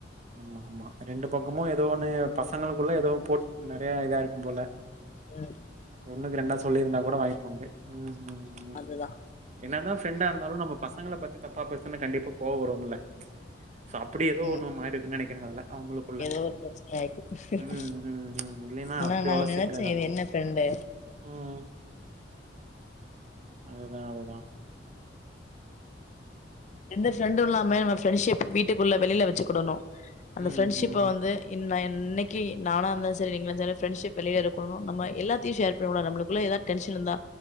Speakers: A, on the right; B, on the left.
A: மா ஆமா ரெண்டு பக்கமும் ஏதோ ஒன்னு பசங்களுக்குள்ள ஏதோ போட் நறைய இதா இருக்குபோல
B: உம்
A: ஒண்ணுக்கு ரெண்டா சொல்லிருந்தா கூட வாங்கி பாங்கே ம் ம் ம்
B: அதுதா
A: என்னதா ஃப்ரெண்டு இருந்தாலு நம்ம பசங்கள பத்து தப்ப பேசுனா கண்டிப்போ கோவவரும்முல சோ அப்டி ஏதோ
B: ம்
A: ஒன்னு மாரியிருக்குன்னு நெனைக்கிற அதுல அவங்களுக்குள்ள.
B: ஏதோ ஒரு பிரச்சனை ஆயிக்கு
A: ம், ம், ம். இல்லைன்னா
B: ஆனா
A: அப்படி
B: நா
A: அவ்வளோ
B: நெனைச்சே
A: சீக்கிரம் இதாகாது.
B: இது என்ன ஃப்ரெண்டு
A: ம் அதுதா அதுதா
B: எந்த ஃப்ரெண்டு இல்லாம நம்ம ஃப்ரெண்டஷிப் வீட்டுக்குள்ள வெளில வச்சுக்க கூடணுஅந்த
A: ம்,
B: ஃப்ரெண்ட்ஷிப்ப
A: ம்,
B: வந்து என்ன இன்னைக்கு நானா இருந்து சரிங்கள ச ஃப்ரெண்ஷிப் வெளியில இருக்கணு நம்ம எல்லாத்தையு ஷேர் பண்ண கூடாது நம்மளுக்குள்ள எதா டென்ஷன்ந்தா